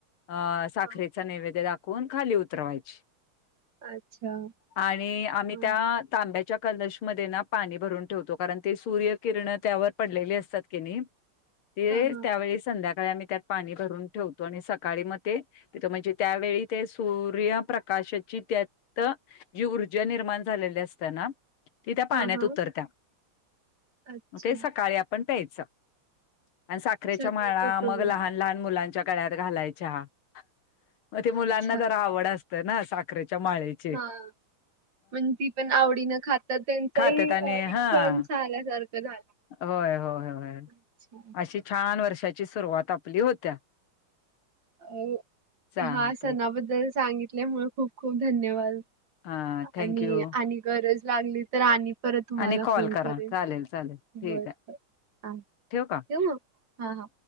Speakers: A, on the left (about 80°); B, on the right (about 60°).
A: अ साखरे
B: हा
A: नैवेद दाखवून खाली उतरवायची.
B: अच्छा.
A: आणि आम्ही
B: हा
A: त्या तांब्यात कलश मध्ये ना पाणी भरून ठेवतो कारण ते सूर्य किरण त्यावर पडलेली असतात कि नाय. ते,
B: हा
A: त्यावेळी संध्याकाळी आम्ही त्यात पाणी भरून ठेवतो आणि सकाळी मग ते तिथं म्हणजे त्यावेळी ते सूर्यप्रकाशाची त्या तर जी ऊर्जा निर्माण झालेली असतेना ती त्या
B: हा
A: पाण्यात
B: हा
A: उतरत्या.
B: अच्छा
A: म ते सकाळी आपण प्यायचं, आणि साखरेच्या
B: सगळे
A: माळा
B: कुटुंब
A: मग लहान लहान मुलांच्या गळ्यात घालायच्या ह मग ते मुलांना
B: अच्छा
A: जरा आवड अस ना साखरेच्या माळेत.
B: हा, म्हण ती पण आवडीनं खातात त्यांचाही
A: खात्यात
B: एक
A: आणि हा
B: सण झाल्यासारखं झाला.
A: होय, होय, होय
B: अच्छा.
A: अशी छान वर्षाची सुरुवात आपली होत्या.
B: अ,
A: चालतंय.
B: ह्या सणाबद्दल सांगितल्यामुळ खूप, खूप धन्यवाद.
A: हा
B: आणि,
A: थँक्यू
B: आणि गरज लागली तर आणि परत तुम्हाला
A: आणि कॉल
B: फोन
A: करा.
B: करेल
A: चालेल, चालेल. ठीक
B: होय.
A: आहे.
B: हा
A: ठेवू का?
B: ठेऊम हा, हा.